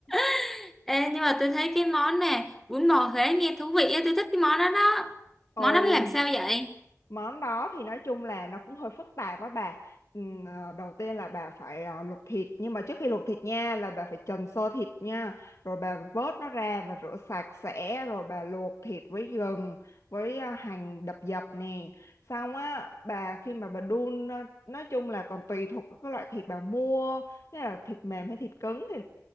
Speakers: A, in the centre; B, on the left.
A: <laughs> Ê, nhưng mà tôi thấy cái món nè, bún bò Huế nghe thú vị á, tôi thích cái món đó đó.
B: ừ
A: Món đó làm sao vậy?
B: Món đó thì nói chung là nó cũng hơi phức tạp á bà. Ừm, à, đầu tiên là bà phải à, luộc thịt nhưng mà trước khi luộc thịt nha là bà phải trần sơ thịt nha rồi bà vớt nó ra bà rửa sạch sẽ rồi bà luộc thịt với gừng với à, hành đập dập nè xong á bà khi mà bà đun á, nói chung là còn tùy thuộc vào cái loại thịt bà mua thế là thịt mềm hay thịt cứng thì